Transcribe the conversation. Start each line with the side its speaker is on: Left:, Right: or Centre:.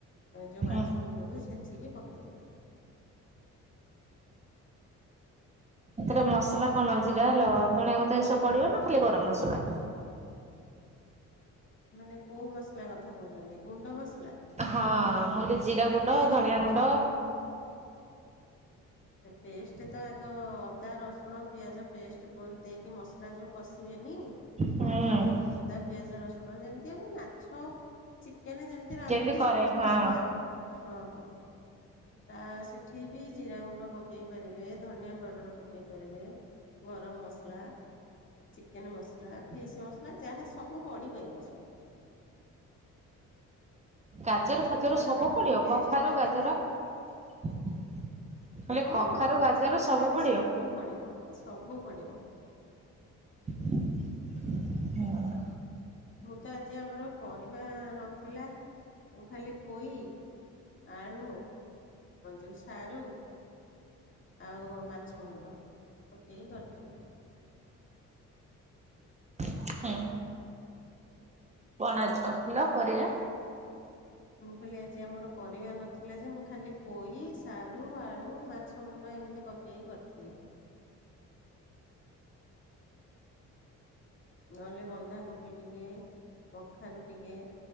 Left: ଯୋଉ ମାଛ
Right: ହୁଁ।
Left: ମୁଣ୍ଡକୁ ଛେଚିକି ପକେଇଦେବେ।
Right: ଏଥିରେ ମସଲା କଣ ଜିରା ଲ ଧଣିଆ ପତ୍ର ଏସବୁ ପଡ଼ିବନା ଖାଲି ଗରମ ମସଲା?
Left: ମାନେ କୋଉ ମସଲା କଥା କହୁଛନ୍ତି ଗୁଣ୍ଡ ମସଲା?
Right: ହଁ ମୁଁଲି ଜିରା
Left: ନା
Right: ଗୁଣ୍ଡ
Left: ପେଷ୍ଟ
Right: ଧଣିଆ ଗୁଣ୍ଡ।
Left: ପେଷ୍ଟ ତ ଆଗ ଅଦା, ରସୁଣ, ପିଆଜ ପେଷ୍ଟ ପ ଦେଇକି ମସ ସଲା ଯୋଉ କଷିବେନି
Right: ହୁଁ
Left: ଅଦା ପିଆଜ ରସୁଣ ଯେମିତିଆ ନୁହଁନା। ମାଛ ଚିକେନ ଯେମତି ରାନ୍ଧନ୍ତି
Right: ଯେମିତି କରେ
Left: ସେମିତି
Right: ହଁ
Left: ମସଲା। ହଁ ହଁ ତା ସେଠି ବି ଜିରା ଗୁଣ୍ଡ। ପକେଇ ପାରିବେ ଧନିଆ ପାଉଡ଼ର ପକେଇ ପାରିବେ ଗରମ ମସଲା ଚିକେନ୍ ମସଲା ଫିସ୍ ମସଲା ଯାହା ସବୁ ପଡ଼ି ପାରିବ ସେଠି।
Right: ଗାଜର
Left: ଛିଞ୍ଚଡ଼ାଟା
Right: ଫାଜର ସବୁ
Left: ବହୁତ
Right: ପଡ଼ିବ
Left: ଟେଷ୍ଟ
Right: କଖାରୁ
Left: ଲାଗେ
Right: ଗାଜର।
Left: ନା ଆଉ
Right: ହେଲେ
Left: ହଁ
Right: କଖାରୁ, ଗାଜର
Left: ଛିଞ୍ଚଡ଼ାରେ
Right: ସବୁ ପଡ଼ିବ।
Left: ସବୁ ପଡ଼ିବ ସବୁ ପଡ଼ିବ।
Right: ହଁ
Left: ମୁଁ ତ ଆଜି ଆମର ପରିବା ନଥିଲା ମୁଁ ଖାଲି ପୋଇ ଆଳୁ ଯୋଉ ସାରୁ ଆଉ ମାଛ ମୁଣ୍ଡ ପକେଇକି କରିଥିଲି।
Right: ହଁ କଣ ଆଜି କରିଥିଲ ପରିଆ?
Left: ମୁଁ କହିଲି ଆଜି ଆମର ପରିବା ନଥିଲା ଯେ ମୁଁ ଖାଲି ପୋଇ ସାରୁ ଆଳୁ ମାଛ ମୁଣ୍ଡ ଏମତି ପ କେହି କରିଥିଲେ। ନହେଲେ ବନ୍ଧାକୋବି ଟିକେ କଖାରୁ ଟିକେ।